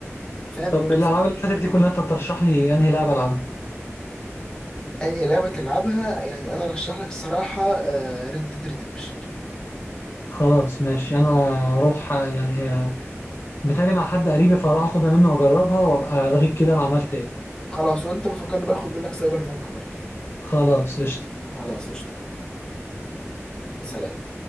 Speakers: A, on the left; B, on the left.
A: فاهم
B: طب من الالعاب اللي فاتت دي كلها انت ترشح لي انهي لعبه العبها
A: انهي لعبة تلعبها يعني انا رشح لك الصراحة ريد ديد ريدمشن
B: خلاص ماشي انا اروح يعني آه، بتهيألي مع حد قريبي فراح اخدها منه واجربها وابقى الغيك كده انا عملت ايه
A: خلاص وانت بفكرني باخد منك سايبر بانك برضو
B: خلاص قشطة
A: خلاص قشطة سلام